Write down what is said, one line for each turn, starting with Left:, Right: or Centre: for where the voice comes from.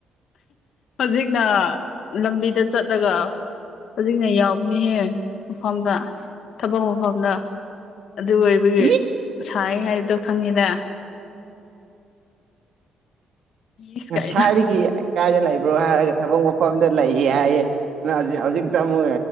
Left: ꯍꯧꯖꯤꯛꯅ ꯂꯝꯕꯤꯗ ꯆꯠꯂꯒ ꯍꯧꯖꯤꯛꯅ ꯌꯥꯎꯕꯅꯤꯍꯦ ꯃꯐꯝꯗ ꯊꯕꯛ ꯃꯐꯝꯗ ꯑꯗꯨ ꯑꯣꯏꯕꯒꯤ
Right: ꯏꯁ
Left: ꯁꯥꯏ ꯍꯥꯏꯕꯗꯣ ꯈꯪꯉꯤꯗ ꯏꯁ ꯀꯥꯏꯅ
Right: ꯁꯥꯏꯔꯤꯒꯤ ꯀꯥꯖ ꯂꯕ ꯍꯥꯏꯔꯒ ꯊꯕꯛ ꯃꯐꯝꯗ ꯂꯩꯑ ꯍꯥꯏꯌꯦ ꯍꯧ ꯍꯧꯖꯤꯛ ꯑꯃ